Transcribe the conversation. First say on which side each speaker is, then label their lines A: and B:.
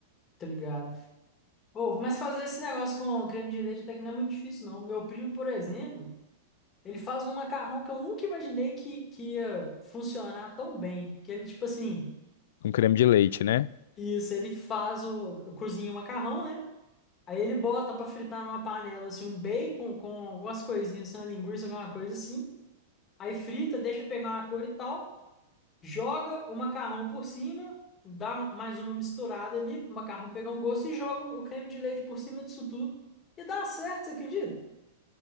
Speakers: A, on the left; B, on the left.
A: tá ligado. Pô, mas fazer esse negócio com creme de leite até que não é muito difícil, não. Meu primo, por exemplo, ele faz um macarrão que eu nunca imaginei que, que ia funcionar tão bem. Que ele, tipo assim,
B: Um creme de leite, né?
A: isso, ele faz o, cozinha o macarrão, né? Aí ele bota pra fritar numa panela, assim, um bacon com algumas coisinhas, assim, uma linguiça, alguma coisa assim. Aí frita, deixa pegar uma cor e tal, joga o macarrão por cima, dá mais uma misturada ali, o macarrão pegar um gosto e joga o creme de leite por cima disso tudo. E dá certo, você acredita?